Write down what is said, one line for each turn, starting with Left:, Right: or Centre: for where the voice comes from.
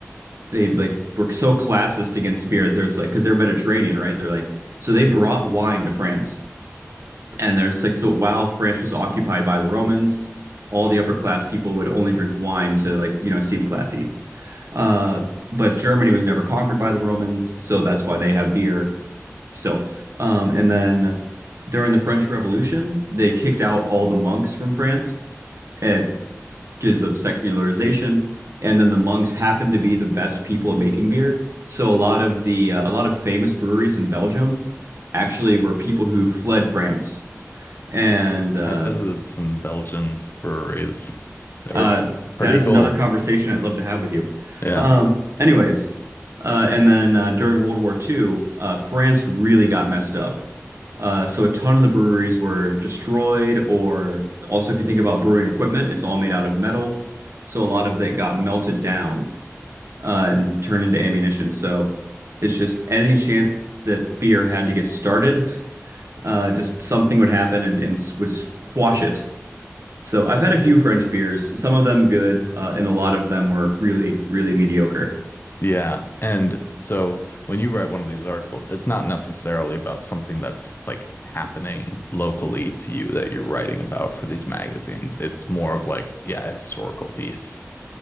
Right: they like were so classist against beer. There's like because they're Mediterranean, right? They're like so they brought wine to France. And there's like, so while France was occupied by the Romans, all the upper class people would only drink wine to like, you know, seem classy. Uh, but Germany was never conquered by the Romans, so that's why they have beer still. Um, and then during the French Revolution, they kicked out all the monks from France at because of secularization. And then the monks happened to be the best people at making beer. So a lot of the uh, a lot of famous breweries in Belgium actually were people who fled France and uh,
Left: I visited some Belgian breweries. They're
Right: Uh,
Left: pretty
Right: that is
Left: cool.
Right: another conversation I'd love to have with you.
Left: Yeah.
Right: Um, anyways, uh, and then uh, during World War II, uh, France really got messed up. Uh, so a ton of the breweries were destroyed, or also if you think about brewing equipment, it's all made out of metal. So a lot of that got melted down uh, and turned into ammunition. So it's just any chance that beer had to get started, uh, just something would happen and, and would squash it. So I've had a few French beers, some of them good, uh, and a lot of them were really, really mediocre.
Left: Yeah. And so when you write one of these articles, it's not necessarily about something that's like happening locally to you that you're writing about for these magazines. It's more of like, yeah, a historical piece.